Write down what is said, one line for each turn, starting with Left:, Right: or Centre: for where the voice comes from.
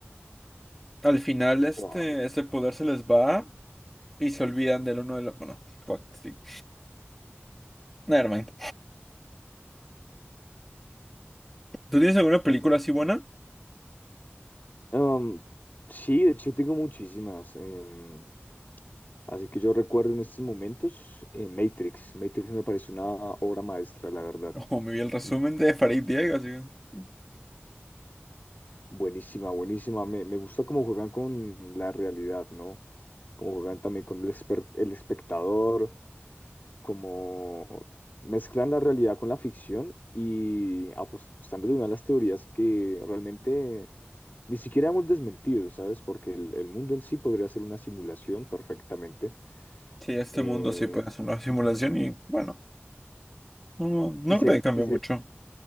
Centre: Al final este,
Left: Wow,
Centre: este poder se les va y se olvidan del uno del otro. Bueno, <laughs> fuck, sí. Nevermind. ¿Tú tienes alguna película
Left: ok.
Centre: así buena?
Left: Um, sí, de hecho tengo muchísimas. em, Así que yo recuerdo en estos momentos eh, Matrix. Matrix me parece una obra maestra, la verdad.
Centre: Ojo, me vi el resumen
Left: Bu-
Centre: de Farid Diego, así que...
Left: Buenísima, buenísima. Me, me gusta cómo juegan con la realidad, ¿no? Cómo juegan también con el, esper- el espectador, cómo mezclan la realidad con la ficción y apostándole una de las teorías que realmente ni siquiera hemos desmentido, ¿sabes? Porque el, el mundo en sí podría ser una simulación perfectamente.
Centre: Sí, este
Left: Eh,
Centre: mundo sí puede hacer una simulación y bueno, no, no
Left: y se,
Centre: creo que cambie
Left: y se-
Centre: mucho.